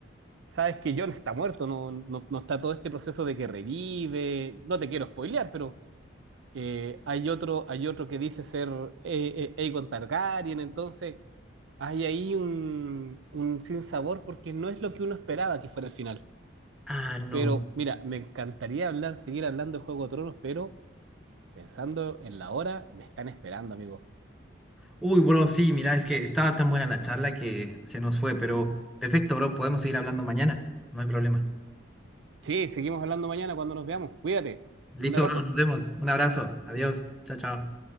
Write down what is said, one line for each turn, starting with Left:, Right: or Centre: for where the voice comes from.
Right: sabes que John está muerto, no, no, no está todo este proceso de que revive. No te quiero spoilear, pero eh, hay otro, hay otro que dice ser eh, eh, Aegon Targaryen, entonces hay ahí un, un sinsabor porque no es lo que uno esperaba que fuera el final.
Centre: Ah, no.
Right: Pero mira, me encantaría hablar, seguir hablando de Juego de Tronos, pero pensando en la hora, me están esperando, amigo.
Centre: Uy, bro, sí, mira, es que estaba tan buena la charla que se nos fue, pero perfecto, bro, podemos seguir hablando mañana, no hay problema.
Right: Sí, seguimos hablando mañana cuando nos veamos. Cuídate.
Centre: Listo,
Right: Un abrazo.
Centre: bro, nos vemos. Un abrazo. Adiós. Chao, chao.